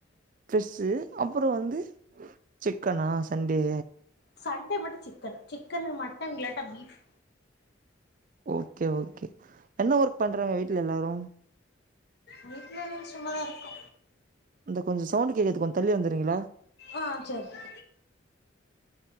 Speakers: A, on the right (about 45°); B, on the left (about 55°).
A: பிஷ்ஷு அப்பற வந்து சிக்கனா சண்டே
B: சண்டே மட்டு சிக்கன் சிக்கனு மட்டன் இல்லாட்டா பீஃப்
A: ஓகே ஓகே என்ன ஒர்க் பண்றாங்க வீட்ல எல்லாரு
B: வீட்ல எல்லாரு சும்மா தா இருக்கோ
A: இந்த கொஞ்ச சவுண்டு கேக்குது கொஞ்ச தள்ளி வந்துட்றீங்களா
B: ஆ சேரிப்பா